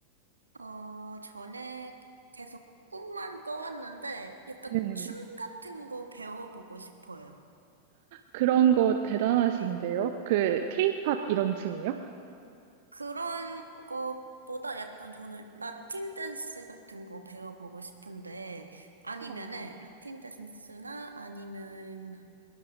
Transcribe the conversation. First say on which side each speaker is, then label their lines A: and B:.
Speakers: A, on the right (about 80°); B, on the right (about 50°).
A: 어, 전에 계속 꿈만 꿔왔는데, 약간
B: 네네.
A: 춤 같은 거 배워보고 싶어요.
B: 그런 거 대단하신데요?
A: 네.
B: 그 케이팝 이런 춤이요?
A: 그런 것보다 약간 저는 라틴 댄스 같은 거 배워보고 싶은데, 아니면은,
B: 어,
A: 라틴 댄스나 아니면